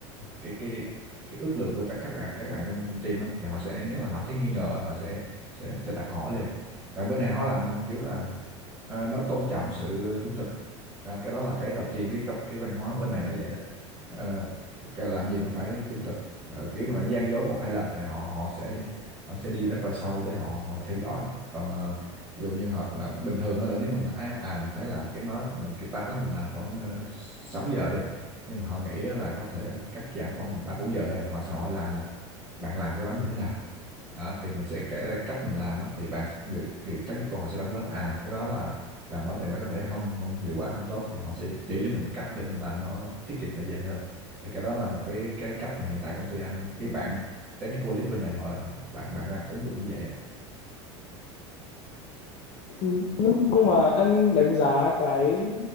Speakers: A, on the right (about 30°); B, on the left (about 45°).
A: cái cái cái ước lượng của tất các bạn các bạn trong trong team á thì họ sẽ nếu mà họ thấy nghi ngờ họ sẽ sẽ sẽ đặt câu hỏi liền. Tại bên này họ làm kiểu là ờ, nó tôn trọng sự trung thực. À, cái đó là cái đầu tiên cái cái văn hóa bên này nó vậy đó. Ờ, cái làm gì nó phải trung thực. Ờ, kiểu mà là gian dối một hai lần thì họ họ sẽ họ sẽ đi rất là sâu để họ, họ theo dõi còn ờ, ví dụ như hợp là bình thường á là nếu mình à, à mình thấy là cái nói mình cái task đó mình làm khoảng uh, 6 giờ đi nhưng mà họ nghĩ á là có thể cắt giảm khoảng ba bốn giờ thôi họ sẽ hỏi lại là bạn làm cái đó như thế nào Đó, thì mình sẽ kể ra cách mình làm á thì bạn người, người technical họ sẽ đóng góp à cái đó là làm đó thì nó có thể không không hiệu quả không tốt thì họ sẽ chỉ cho mình cách để mình làm nó tiết kiệm thời gian hơn thì cái đó là một cái cái cách mà hiện tại công ty anh cái bạn technical lead bên này họ, họ bạn bạn đang ứng dụng như vậy á.
B: Ừ, nhưng nhưng mà anh đánh giá cái